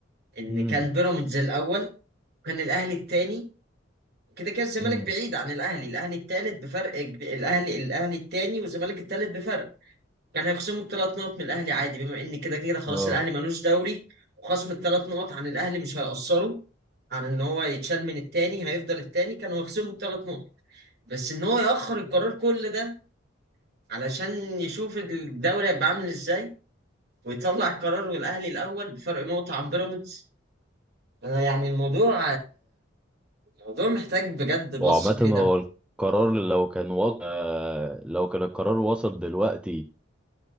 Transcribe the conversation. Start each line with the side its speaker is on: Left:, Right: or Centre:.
Right: ان
Centre: امم
Right: كان بيراميدز الاول وكان الاهلي التاني كده كده الزمالك
Centre: امم
Right: بعيد عن الاهلي الاهلي التالت بفرق كب- الاهلي الاهلي التاني والزمالك التالت بفرق كان هيخصموا الثلاث نقط من الاهلي عادي بما ان كده كده خلاص
Centre: اه
Right: الاهلي ملوش دوري وخصم الثلاث نقط عن الاهلي مش هيأثره عن ان هو يتشال من التاني هيفضل التاني كانوا هيخصموا الثلاث نقط بس ان هو يأخر القرار كل ده علشان يشوف الدوري هيبقى عامل ازاي ويطلع القرار والاهلي الاول بفرق نقطة عن بيراميدز انا يعني الموضوع الموضوع محتاج بجد بصة
Centre: هو عامة
Right: كده
Centre: هو القرار لو كان وصل لو كان القرار وصل دلوقتي